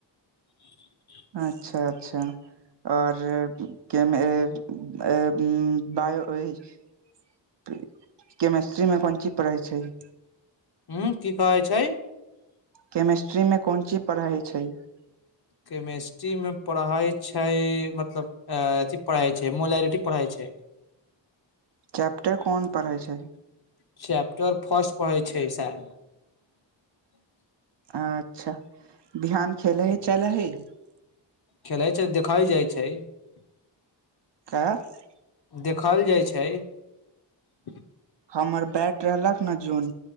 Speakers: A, on the left; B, on the right.
A: <unintelligible>
B: अच्छा -अच्छा आओर -ब। <unintelligible> हिस्ट्रीमे कोन चीज पढ़ै छै। <unintelligible>
A: हू की कहै छै। <unintelligible>
B: केमेिस्ट्री में कोन ची पढ़ा हइ छै। छै। <unintelligible>
A: केमेिस्ट्रीमे पढ़इ छै मतलब अथि पढ़इ छै मोलरििटी पढ़इ छै।
B: चैप्टर
A: <unintelligible> <unintelligible>
B: कोन पढ़ै छै
A: चैपटर फारट पढे। छै साल। <unintelligible>
B: अच्छा बिहान खेल हइ चल हइ। <unintelligible>
A: खेलैत छै देखाई जाइत छै। <unintelligible>
B: की। <unintelligible>
A: देखल जाइ छै। <unintelligible>
B: हमर बैट रहलक न जोन